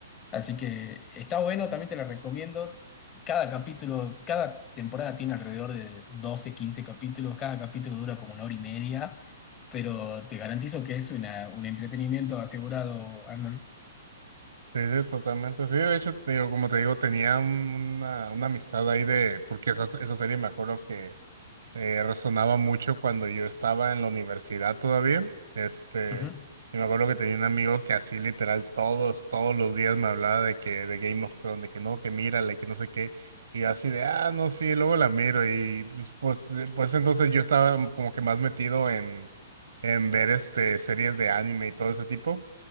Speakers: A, on the left (about 25°); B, on the right (about 70°).
A: Así que está bueno, también te la recomiendo. Cada capítulo, cada temporada tiene alrededor de 12, 15 capítulos. Cada capítulo dura como una hora y media, pero te garantizo que es una, un entretenimiento asegurado, Arnold.
B: Sí, sí, totalmente. Sí, de hecho, te digo, como te digo, tenía un- una, una amistad ahí de, porque esa, esa serie me acuerdo que eh, resonaba mucho cuando yo estaba en la universidad todavía. Este,
A: Ujú,
B: y me acuerdo que tenía un amigo que así literal todos, todos los días me hablaba de que, de Game of Thrones, de que no, que mírale, que no sé qué. Y yo así de, ah, no, sí, luego la miro. Y pues, pues, eh, pues entonces yo estaba como que más metido en, en ver este, series de anime y todo ese tipo.